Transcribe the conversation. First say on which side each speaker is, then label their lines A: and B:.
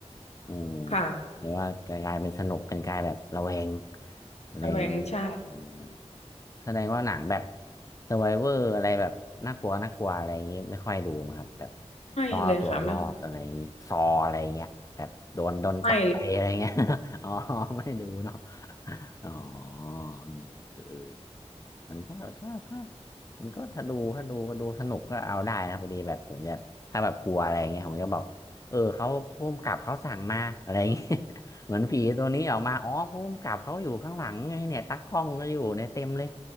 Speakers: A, on the left; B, on the left.
A: อืม
B: ค่ะ
A: หรือว่ากลายเป็นสนุกเป็นกลายแบบระแวงอะไรอย่างนี้อืม
B: ระแวงใช่
A: แสดงว่าหนังแบบ s u r v i v o r อร์อะไรแบบน่ากลัวน่ากลัวอะไรอย่างนี้ไม่ค่อยดูมั้งครับแบบ
B: ไม่เลยค่ะไม่
A: ต้องเอาตัวรอดอะไรอย่างนี้ซออะไรอย่างเงี้ยแบบโดนโดนจับไปอะไรเงี้ย
B: ไม่เลย
A: <laughs> อ๋อไม่ดูเนาะอ๋ออืมเออ มันก็ก็ก็มันก็ถ้าดูถ้าดูก็ดูสนุกก็เอาได้นะพอดีแบบผมจะถ้าแบบกลัวอะไรเงี้ยผมจะบอกเออเขาภูมกับเขาสั่งมาอะไรเงี้ย <laughs> เหมือนผีตัวนี้ออกมาอ๋อภูมิกับเขาอยู่ข้างหลังไงเนี่ยตากล้องก็อยู่เนี่ยเต็มเลย